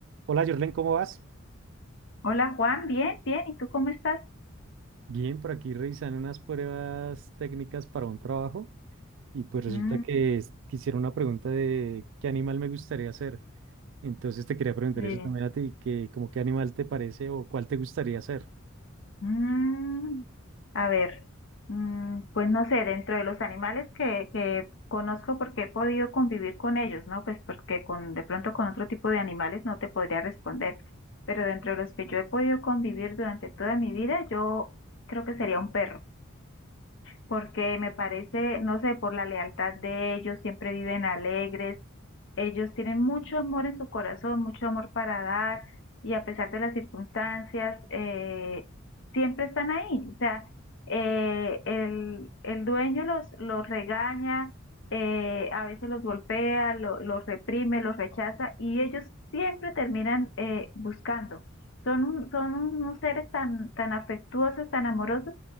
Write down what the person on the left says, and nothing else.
Hola Juan, bien, bien. ¿Y tú cómo estás?
Mm,
bien.
Mm, a ver, mm, pues no sé, dentro de los animales que, que conozco porque he podido convivir con ellos, ¿no? Pues porque con, de pronto con otro tipo de animales no te podría responder. Pero dentro de los que yo he podido convivir durante toda mi vida, yo creo que sería un perro. Porque me parece, no sé, por la lealtad de ellos, siempre viven alegres, Ellos tienen mucho amor en su corazón, mucho amor para dar y a pesar de las circunstancias, eh, siempre están ahí. O sea, eh, el, el dueño los, los regaña, eh, a veces los golpea, lo- los reprime, los rechaza y ellos siempre terminan eh, buscando. Son, un- son unos seres tan, tan afectuosos, tan amorosos